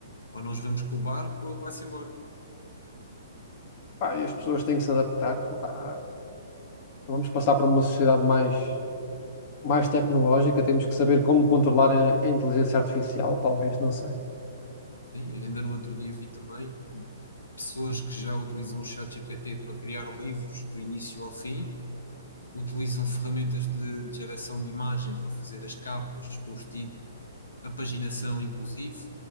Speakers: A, on the left; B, on the left.
A: ou nós vamos com o barco ou ele vai-se embora.
B: pá, as pessoas têm que se adaptar. Pá, vamos passar para uma sociedade mais, mais tecnológica, temos que saber como controlar a, a inteligência artificial, talvez, não sei.
A: Sim, ainda no outro dia vi também pessoas que já utilizam o ChatGPT para criar livros do início ao fim, utilizam ferramentas de de geração de imagem para fazer as capas, com os títulos, a paginação inclusive,